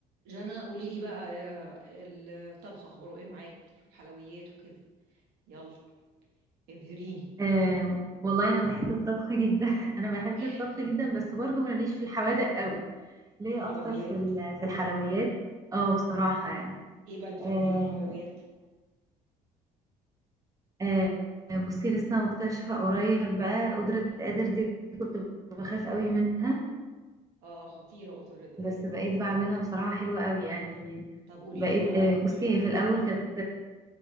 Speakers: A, on the right; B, on the right.
A: جنى قولي لي بقى آه، الطبخ اخباره ايه معاكي والحلويات وكده يلا ابهريني
B: آه والله انا بحب الطبخ جدا <laughs> انا بحب
A: <laughs>
B: الطبخ جدا بس برضو ماليش في الحوادق قوي ليا
A: الحلويات
B: اكتر في ال- في الحلويات
A: مم.
B: اه بصراحة يعني
A: ايه بقى اللي بتعمليه
B: آه
A: في الحلويات
B: آه بصي لسه مكتشفة قريب بقى قدرة القادر دي كنت بخاف قوي منها
A: اه خطيره قطر هذه
B: بس بقيت
A: فظيعه
B: بعملها بصراحة حلوة قوي يعني
A: طب قولي
B: بقيت
A: لي بقى
B: آه
A: الطريقه
B: بصي هي في الاول كانت